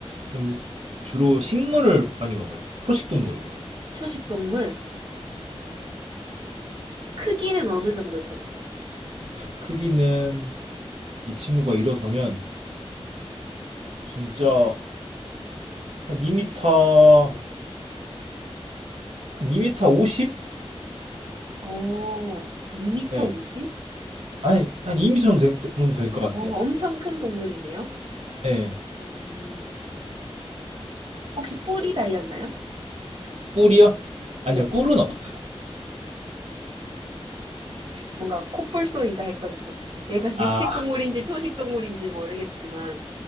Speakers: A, on the right (about 75°); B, on the right (about 45°).
A: 좀 주로 식물을 많이 먹어요. 초식 동물이에요.
B: 초식 동물. 크기는 어느 정도 되나요?
A: 크기는 이 친구가 일어서면 진짜 한2터한2터 50?
B: 어, 2m
A: 네.
B: 50?
A: 아니, 한2터 정도 되- 정도 될 것 같아요.
B: 어, 엄청 큰 동물이네요.
A: 네.
B: 음, 혹시 뿔이 달렸나요?
A: 뿔이요? 아니요,
B: 네.
A: 뿔은 없어요.
B: 뭔가 콧불소인가 했거든요. 얘가 <laughs>
A: 아,
B: 육식 동물인지 초식 동물인지 모르겠지만,